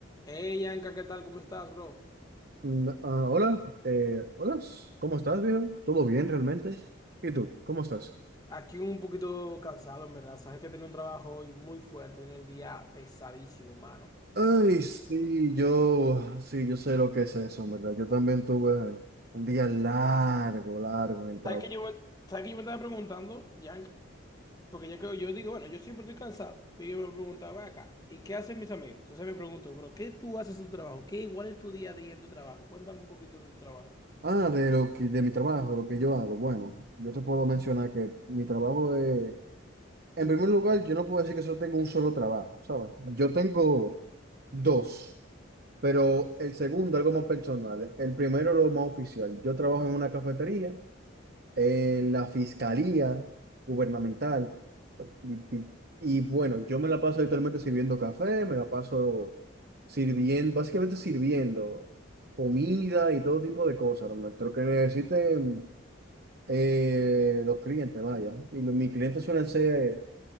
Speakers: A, on the left; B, on the right.
A: Hey, Yanka, ¿qué tal? ¿Cómo estás, bro?
B: Mm, ah, hola, eh, hola, ¿cómo estás, viejo? ¿Todo bien realmente? ¿Y tú, cómo estás?
A: Aquí un poquito cansado, en verdad. Sabes que tenía un trabajo hoy muy fuerte, tenía el día pesadísimo, mano.
B: Ay, sí, yo, sí, yo sé lo que es eso, en verdad. Yo también tuve un día largo, largo en el trabajo.
A: ¿Sabes que yo, me- sabes que yo me estaba preguntando, Yanka? Porque yo, creo- yo digo, bueno, yo siempre estoy cansado. Y yo me preguntaba acá, ¿y qué hacen mis amigos? Entonces me pregunto, bro, ¿qué tú haces en tu trabajo? ¿Qué igual es tu día a día en tu trabajo? Cuéntame un poquito de tu trabajo.
B: Ah, de lo que, de mi trabajo, de lo que yo hago. Bueno, yo te puedo mencionar que mi trabajo es, en primer lugar, yo no puedo decir que solo tengo un solo trabajo, ¿sabes? Yo tengo dos, pero el segundo, algo más personal. El primero, lo más oficial. Yo trabajo en una cafetería. en la fiscalía gubernamental. Y, y- y bueno, yo me la paso literalmente sirviendo café, me la paso sirviendo, básicamente sirviendo comida y todo tipo de cosas, Ernesto, lo que necesiten eh, los clientes, vaya. Y los- mis clientes suelen ser